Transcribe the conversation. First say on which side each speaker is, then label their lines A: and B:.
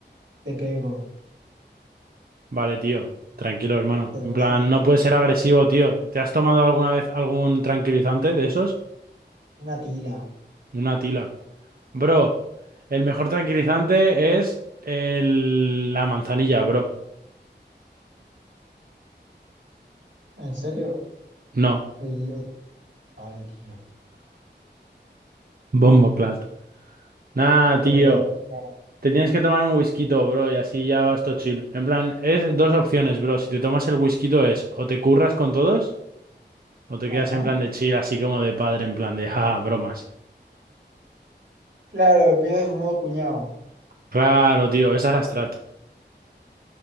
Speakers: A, on the right (about 80°); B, on the right (about 55°).
A: Te pego.
B: Vale, tío, tranquilo, hermano.
A: Te la
B: En
A: vas
B: plan,
A: a llevar,
B: no puedes
A: bro.
B: ser agresivo, tío. ¿Te has tomado alguna vez algún tranquilizante de esos?
A: Una tila.
B: Una tila. Bro, el mejor tranquilizante es el... la manzanilla, bro.
A: ¿En serio?
B: No,
A: El, el... Vale, tío.
B: Bomboclat. Nah, tío.
A: Troleador cara.
B: Te tienes que tomar un whisky, bro, y así ya vas todo chill. En plan, es dos opciones, bro. Si te tomas el whisky es o te curras con todos o te
A: Ajá.
B: quedas en plan de chill, así como de padre, en plan de, ja, ja, bromas.
A: Claro, empiezas en modo cuñado.
B: Claro, tío, esa es la strat.